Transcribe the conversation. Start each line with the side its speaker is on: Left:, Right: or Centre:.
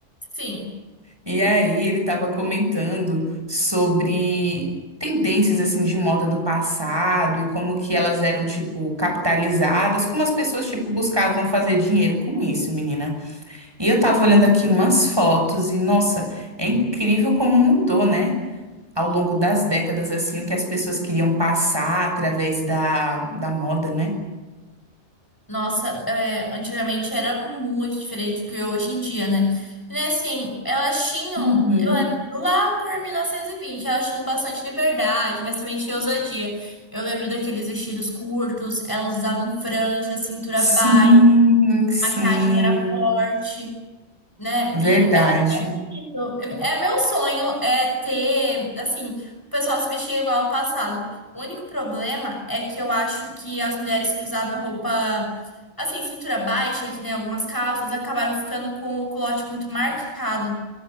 Left: Sim,
Right: E aí ele tava comentando sobre tendências, assim, de moda do passado e como que elas eram, tipo, capitalizadas, como as pessoas, tipo, buscavam fazer dinheiro com isso, menina. E eu tava olhando aqui umas fotos e, nossa, é incrível como mudou, né? ao longo das décadas, assim, o que as pessoas queriam passar através da, da moda, né?
Left: nossa, é, antigamente era muito diferente do que é hoje em dia, né? E né, assim, elas tinham,
Right: Uhum.
Left: eu lembro, lá por 1920, elas tinham bastante liberdade, mas também tinha ousadia. Eu lembro daqueles vestidos curtos, elas usavam franja, cintura
Right: Sim,
Left: baixa,
Right: sim,
Left: maquiagem era forte, né?
Right: verdade.
Left: E Isso. É meu sonho é ter, assim, o pessoal se vestir igual no passado. O único problema é que eu acho que as mulheres que usavam roupa, assim, cintura baixa, que nem algumas calças, acabaram ficando com o culote muito marcado.